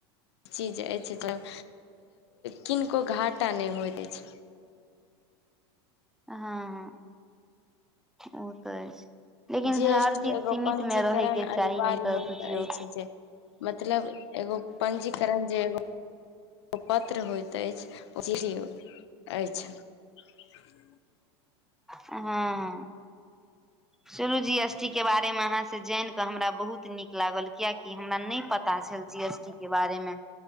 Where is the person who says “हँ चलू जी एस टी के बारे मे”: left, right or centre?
Centre